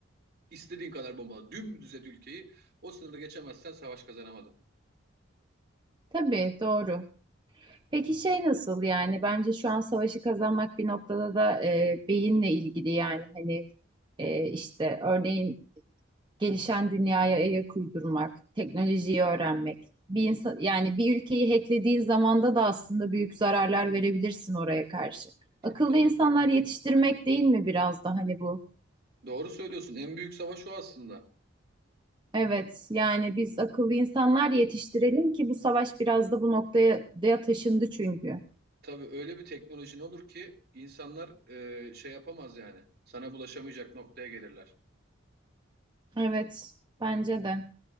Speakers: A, on the right (about 50°); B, on the right (about 25°).
A: İstediğin kadar bombala, dümdüz et ülkeyi, o sınırda geçemezsen savaş kazanamadın.
B: Tabii doğru. Peki şey nasıl yani bence şu an savaşı kazanmak bir noktada da e, beyinle ilgili yani hani e, işte örneğin gelişen dünyaya ayak uydurmak, teknolojiyi öğrenmek. Bir insan yani bir ülkeyi hacklediğin zamanda da aslında büyük zararlar verebilirsin oraya karşı.
A: Çok
B: Akıllı
A: doğru.
B: insanlar yetiştirmek değil mi biraz da hani bu?
A: Doğru söylüyorsun. En büyük savaş o aslında.
B: Evet yani biz akıllı insanlar yetiştirelim ki bu savaş biraz da bu noktaya da taşındı çünkü.
A: Tabii öyle bir teknolojin olur ki insanlar e, şey yapamaz yani. Sana bulaşamayacak noktaya gelirler.
B: Evet bence de.